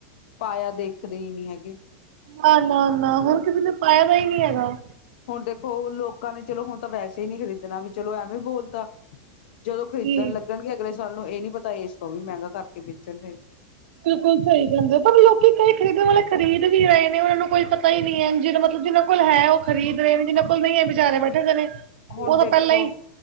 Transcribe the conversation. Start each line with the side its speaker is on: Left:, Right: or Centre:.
Left: ਪਾਇਆ ਦੇਖਦੇ ਹੀ ਨਹੀਂ ਹੈਗੇ
Right: ਨਾ ਨਾ ਨਾ ਹੁਰ ਕਿਸੇ ਨੇ ਪਾਇ ਤਾਂ ਹੀ ਨਹੀਂ ਹੈਗਾ
Left: ਹੁਣ ਦੇਖੋ ਲੋਕਾਂ ਨੇ ਚਲੋ ਹੁਣ ਤਾਂ ਵੈਸੇ ਹੀ ਨਹੀਂ ਖਰੀਦਣਾ ਵੀ ਚਲੋ ਐਵੇਂ ਬੋਲਤਾ ਜਦੋਂ ਖਰੀਦਣ
Right: ਜੀ
Left: ਲੱਗਣਗੇ ਅਗਲੇ ਸਾਲ ਨੂੰ ਇਹ ਨੀ ਪਤਾ ਇਸ ਤੋਂ ਵੀ ਮਹਿੰਗਾ ਕਰਕੇ ਵੇਚਣਗੇ
Right: ਬਿਲਕੁਲ ਸਹੀ ਕਹਿੰਦੇ ਪਰ ਲੋਕੀ ਕਈ ਖਰੀਦਣ ਵਾਲੇ ਖਰੀਦ ਵੀ ਰਹੇ ਨੇ ਉਹਨਾਂ ਨੂੰ ਕੋਈ ਪਤਾ ਹੀ ਨਹੀਂੀ ਹੈ ਜਿਹਬ ਜਿਨਾਂ ਕੋਲ ਹੈ ਉਹ ਖਰੀਦ ਰਹੇ ਨੇ ਜਿਨਾਂ ਕੋਲ ਨਹੀਂ ਹੈ ਵਿਚਾਰੇ ਬੈਠੇ ਗ ਨੇ
Left: ਹੁਣ
Right: ਉਹ ਤਾਂ
Left: ਦੇਖੋ-
Right: ਪਹਿਲਾਂ ਹੀ